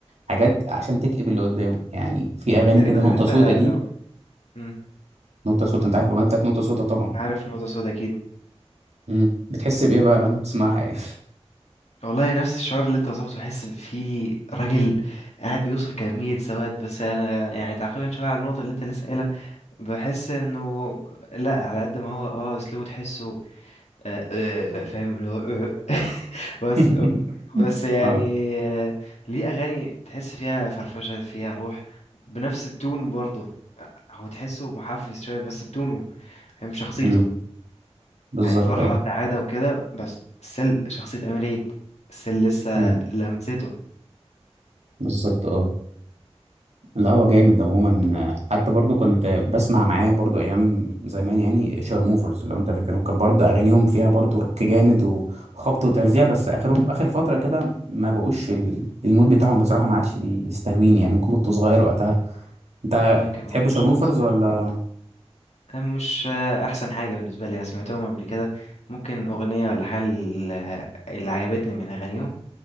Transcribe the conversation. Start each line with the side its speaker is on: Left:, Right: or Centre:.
Right: حاجات عشان تكئب اللي قدامه يعني في
Left: هو
Right: اغاني
Left: تقريبا
Right: كده نقطه
Left: حتى
Right: سودا دي
Left: لو مم.
Right: نقطه سودا انت عارف الاغنيه بتاعت نقطه سودا طبعا
Left: عارف نقطه سودا اكيد
Right: مم. بتحس بايه بقى لما بتسمعها يعني
Left: والله نفس الشعور اللي انت وصفته بحس فيه راجل قاعد بيوصف كمية سواد بس انا يعني تعقيبا شوية على النقطة اللي انت لسه قايلها بحس انه لا على قد ما هو اه اسلوبه تحسه آه، آه، فاهم اللي هو آه. <laughs> بس
Right: <laughs>
Left: أوك- بس يعني
Right: اه
Left: آه، ليه اغاني تحس فيها فرفشه فيها روح بنفس التون برضه هو تحسه محفز شويه بس بتونه فاهم شخصيته
Right: مم. بالظبط
Left: يعني فرحه وسعاده وكده بس سل شخصيه امير عيد سل لسه
Right: اه
Left: لمسته
Right: بالظبط اه لا هو جامد عموما آه، حتى برضو كنت بسمع معاه برضو ايام زمان يعني شارموفرز لو انت فاكرهم كان برضو اغانيهم فيها برضو روك جامد وخبط وترزيع بس اخرهم اخر فتره كده ما بقوش ال- المود بتاعهم بصراحه ما عادش بيستهويني يعني ممكن كنت صغير وقتها انت
Left: ممكن
Right: بتحب
Left: برضه
Right: شارموفرز
Left: عشان كنت صغير
Right: ولا
Left: أنا مش آه، احسن حاجه بالنسبه لي انا سمعتهم قبل كده ممكن اغنيه ولا حاجه اللي اللي عجبتني من اغانيهم